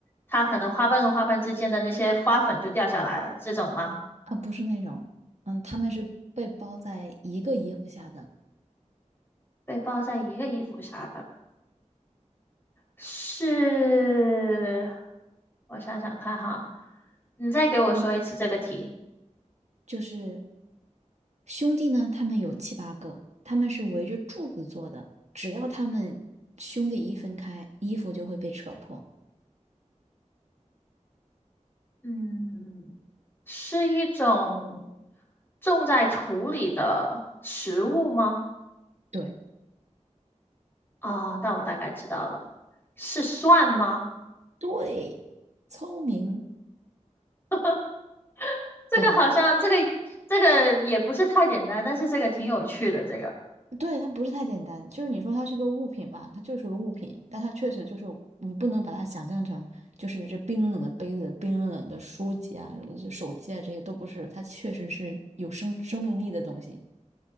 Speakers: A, on the left; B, on the right.
A: 它可能花瓣跟花瓣之间的那些花粉就掉下来了，这种吗？
B: 啊，不是那种，嗯，他们是被包在一个衣服下的，
A: 被包在一个衣服下的。是，我想想看哈，你再给我说一次这个题。
B: 嗯，就是兄弟呢，他们有七八个，他们是围着柱子做的，只要他们兄弟一分开，衣服就会被扯破。
A: 嗯，是一种种在土里的食物吗？
B: 对，
A: 啊、那我大概知道了，是蒜吗？
B: 对，聪明，
A: <laughs> 这个好像，
B: 对，
A: 这个这个也不是太简单，但是这个挺有趣的。这个
B: 对，它不是太简单，就是你说它是个物品吧，它就是个物品，但它确实就是你不能把它想象成就是这冰冷冷的杯子、冰冷冷的书籍啊、就手机啊这些都不是，它确实是有生生命力的东西。